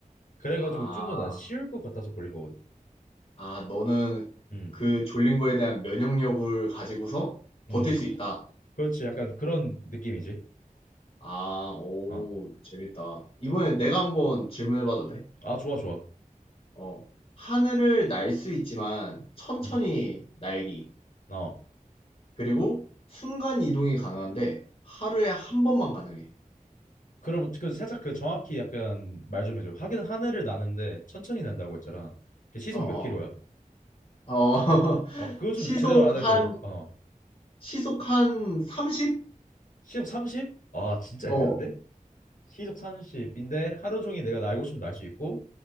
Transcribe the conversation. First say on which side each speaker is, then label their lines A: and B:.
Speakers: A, on the left; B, on the left.
A: 그래가지고
B: 아.
A: 좀 더 난 쉬울 것 같아서 골린 거거든.
B: 아 너는
A: 음,
B: 그 졸린 거에 대한 면역력을 가지고서
A: 음,
B: 버틸 수 있다.
A: 그렇지. 약간 그런 느낌이지.
B: 아 오
A: 어,
B: 재밌다. 이번엔 내가 한번 질문해 봐도 돼?
A: 아 좋아 좋아.
B: 어. 하늘을 날 수 있지만 천천히
A: 음,
B: 날기.
A: 어.
B: 그리고 순간 이동이 가능한데 하루에 한 번만 가능해.
A: 그럼 그 살짝 그 정확히 약간 말 좀 해줘. 하긴 하늘을 나는데 천천히 난다고 했잖아. 그 시속
B: 어어.
A: 몇 킬로야?
B: 어. 어, <laughs>
A: 어, 그거 좀
B: 시속
A: 제대로 알아야 될
B: 한
A: 거야. 어,
B: 시속 한 30?
A: 시속 30? 아, 진짜
B: 어.
A: 애매한데? 시속 30인데 하루 종일 내가 날고 싶으면 날 수 있고